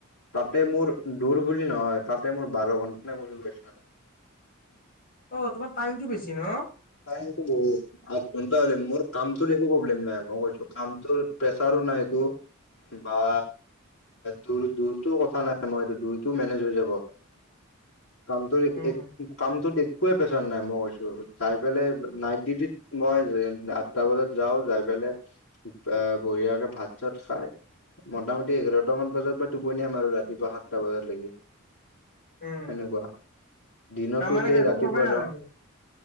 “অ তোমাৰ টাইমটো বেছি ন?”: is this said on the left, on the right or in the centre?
Left